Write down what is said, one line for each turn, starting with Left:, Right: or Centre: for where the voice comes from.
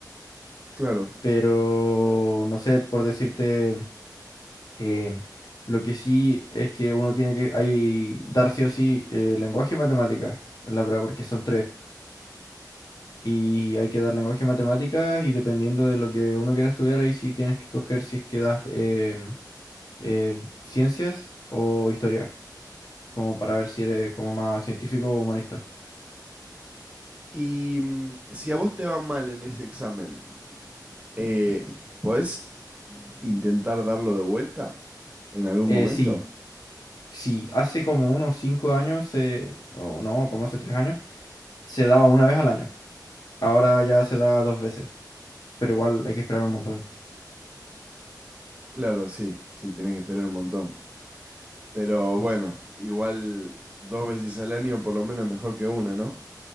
Right: Claro.
Left: Pero, no sé, por decirte... eh, lo que sí es que uno tiene que hay, dar sí o sí eh, lenguaje y matemáticas en la prueba porque son tres. y hay que dar lenguaje y matemáticas y dependiendo de lo que uno quiera estudiar, ahí sí tienes que coger si es que das em, eh, ciencias o historia, como para ver si eres como más científico o humanista.
Right: Y mm, si a vos te va mal en ese examen, eh, ¿podés intentar darlo de vuelta en algún
Left: Eh,
Right: momento?
Left: sí, sí, hace como unos cinco años, se- o no, como hace tres años, se daba una vez al año. Ahora ya se da dos veces, pero igual hay que esperar un montón.
Right: Claro, sí, sí, tenés que esperar un montón. Pero bueno, igual dos veces al año por lo menos es mejor que una, ¿no?